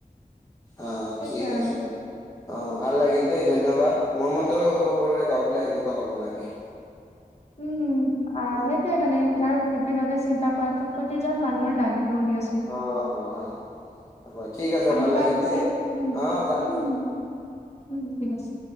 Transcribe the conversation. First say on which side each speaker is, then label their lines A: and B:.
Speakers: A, on the left; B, on the left.
A: অ
B: সেইটোৱে
A: ঠিক
B: আৰু
A: আছে দ অ', ভাল লাগিল দেই ধন্যবাদ, মোৰ মতেও সকলোৰে গাঁওবলাক সেনেকুৱা হব লাগে।
B: উম, আ,
A: উম।
B: সেইটোয়ে মানে ইয়াৰ উন্নতিৰ বাবে চিন্তা কৰাটো প্ৰতিজন মানুহৰ দায়ি দৌ দিয়াচোন।
A: অ', হয়। হ'ব ঠিক আছে
B: আহিবা
A: ভাল লাগিল
B: পিছে
A: দেই,
B: উম
A: অ', যাম
B: উম
A: যাম।
B: উম উম ঠিক আছে